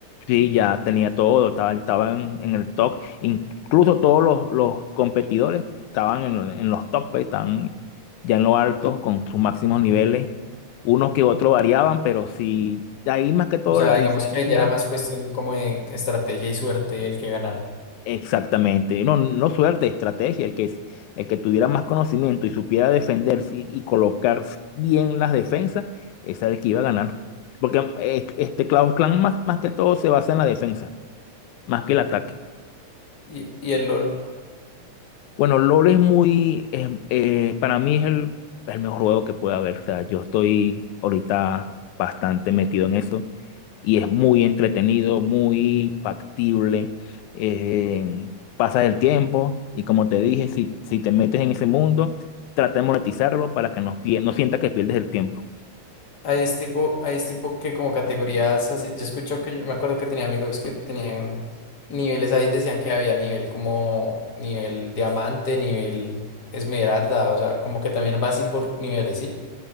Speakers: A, on the left; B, on the left.
A: Sí, ya tenía todo, estaba, estaba en, en el top. Incluso todos los, los competidores estaban en, en los top, pues, estaban ya en lo alto con sus máximos niveles. Unos que otros variaban, pero sí, ahí más que todo
B: O sea,
A: la diferencia,
B: digamos que ahí ya era más cuestión como de estrategia y suerte el que ganara.
A: exactamente. No, no suerte, estrategia. El que, el que tuviera más conocimiento y supiera defenderse y, y colocar bien las defensas, ese era el que iba a ganar. Porque eh, este Clash of Clans más, más que todo se basa en la defensa, más que el ataque.
B: Y, y el LOL.
A: Bueno, LOL es muy, es- eh, para mí es el, el mejor juego que puede haber. O sea, yo estoy ahorita bastante metido en eso y es muy entretenido, muy factible. eh, pasas el tiempo y como te dije, si, si te metes en ese mundo, trata de monetizarlo para que no, pie- no sientas que pierdes el tiempo.
B: Ahí es tipo, ahí es tipo que como categorías así. Yo escucho que yo me acuerdo que tenía amigos que tenían niveles ahí, decían que había nivel como nivel diamante, nivel esmeralda, o sea, como que también va así por niveles, ¿sí?